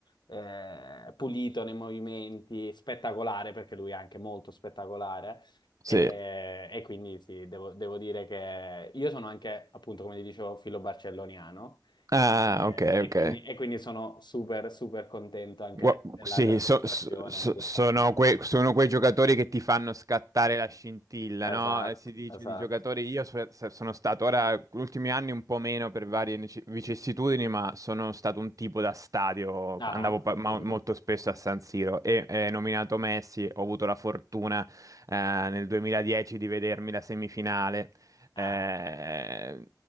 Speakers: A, on the left; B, on the right.
A: eh, pulito nei movimenti, spettacolare, perché lui è anche molto spettacolare. E,
B: sì.
A: e quindi sì, devo, devo dire che io sono anche, appunto, come ti dicevo, filo barcelloniano.
B: Ah,
A: eh,
B: ok,
A: E,
B: ok.
A: quindi, e quindi sono super, super contento anche
B: Gua-
A: della,
B: Sì,
A: della prestazione
B: so- so- so-
A: di quest'anno.
B: sono, que- sono quei giocatori che ti fanno scattare la scintilla, no?
A: Esatto,
B: Eh, Si dice
A: esatto.
B: di giocatori, io so- so- sono stato ora, negli ultimi anni un po' meno per varie nece- vicissitudini, ma sono stato un tipo da stadio,
A: Ah,
B: andavo
A: ah.
B: pa- ma-
A: mhm.
B: molto spesso a San Siro e eh, nominato Messi, ho avuto la fortuna eh, nel 2010 di vedermi la semifinale eh,
A: Ah. ah.